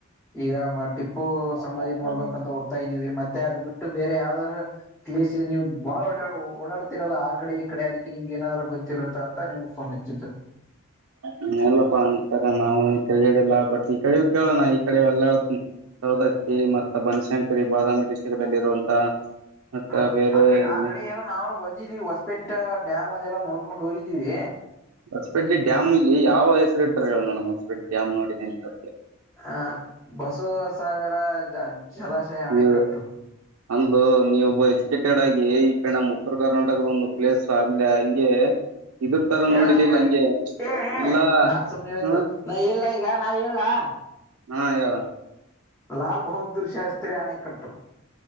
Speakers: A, in the centre; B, on the right.
A: ಈಗ ಟಿಪ್ಪು ಸಮಾಧಿ
B: ಹ್ಮ್
A: ನೋಡ್ಬೇಕಂತ ಹೋಗ ಹತಾ ಇದೀವಿ ಮತ್ತೆ ಅದು ಬಿಟ್ಟು ಬೇರೆ ಯಾವ್ದಾದ್ರು ಪ್ಲೇಸ್ ಇದೆ ನೀವು ಬಾಳ ಓಡ ಓಡಾಡ್ತಿರಲ್ಲ ಈ ಕಡೆ ಈ ಕಡೆ ಅದಕ್ಕೆ ನಿಮ್ಗೆ ಏನಾದ್ ಗೊತ್ತರುತ್ತ ಅಂತ ನಿಮ್ ಫೋನ್ ಹಚ್ಚಿದ್ರು
B: ಹ್ಮ ಎಲ್ಲಪ್ಪಾ ಅಂತರ ನಾವ್ ಅಂತೇಡಿಿಲ್ಲ ಬಟ್ ಈ ಕಡೆ ಕೇಳೋಣ ಈ ಕಡೆ ಎಲ್ಲಾ ಹೇಳತ್ನ ಸೌದತ್ತಿ ಮತ್ತ ಬನಶಂಕರಿ ಬಾದಾಮಿ ಡಿಸ್ಟ್ರಿಕ್ ನಲ್ಲಿ ಇರುವಂತ ಮತ್ತ
A: ಹ
B: ಬೇರೆ
A: ಆ ಕ
B: ಇಲ್ಲಿ
A: ಆ ಕಡೆ ಎಲ್ಲ ನಾವು ಬಂದಿದ್ದೀವಿ ಹೊಸಪೆಟ್ಟ ಡ್ಯಾಮ್ ಅದೆಲ್ಲ ನೋಡ್ಕೊಂಡು ಹೋಗಿದ್ದೀವಿ
B: ಹೊಸಪೆಡ್ಡಿ ಡ್ಯಾಮಗೆ ಯಾವ ಹೆಸರು ಇಟ್ರ ಹೇಳ ನೋಡಮ ಹೊಸಪೆಟ್ಟೆ ಡಾಮ್ ನೋಡಂತಾ
A: ಹ ಬಸವಸಾಗರ ಜಲಾಶಯ ಅಣೆಕಟ್ಟು
B: ಹ್ಮ ಅಂದು ನೀವ ಒಬ್ಬ ಎಜುಕೇಟೆಡ್ ಆಗಿ ಈ ಕಡೆ ನಮ್ ಉತ್ತರ ಕರ್ನಾಟಕದ ಒಂದು ಪ್ಲೇಸ್ ಆಗ್ಲಿ ಹಂಗೆ. ಇದ್ರ ತರ
A: ಹೇಳ
B: ನೋಡಿದ್ದಲ್ಲ ಹಂಗೆ
A: ಏ
B: ಎಲ್ಲಾ
A: ನಾ ಸುಮ್ನೆ ಹೇಳಿದ್ದು
B: ಹಾ
A: ನಾ ಇಲ್ಲ ಈಗ ನಾ ಹೇಳಲ್ಲಾ
B: ಹಾ ಯ
A: ಲಾಲ್ ಬಹದ್ದೂರ್ ಶಾಸ್ತ್ತ್ರರಿ ಆಣ ಕಟ್ಟು